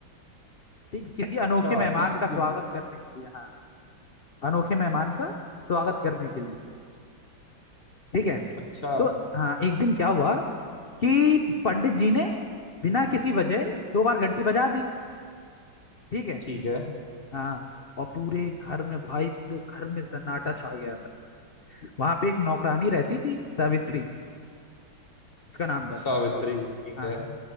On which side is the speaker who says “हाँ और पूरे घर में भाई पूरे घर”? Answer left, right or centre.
Left